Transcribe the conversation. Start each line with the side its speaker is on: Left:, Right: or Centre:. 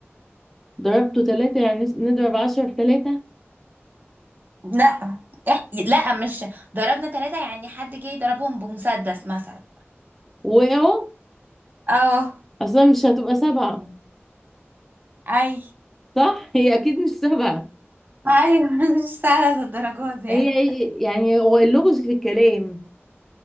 Centre: ضربته تلاتة يعني نس- نضرب عشرة في تلاتة
Right: لا إح... لا مش ضربنا ثلاثة يعني حد جه يضربهم بمسدس مثلا
Centre: وقعوا
Right: اه
Centre: أصلا مش هتبقى سبعة
Right: اي
Centre: صح؟ هي أكيد مش سبعة
Right: ايوه <laughs> مش سهله للدرجه دي
Centre: هي
Right: يعني
Centre: إيه- يعني هو اللغز في الكلام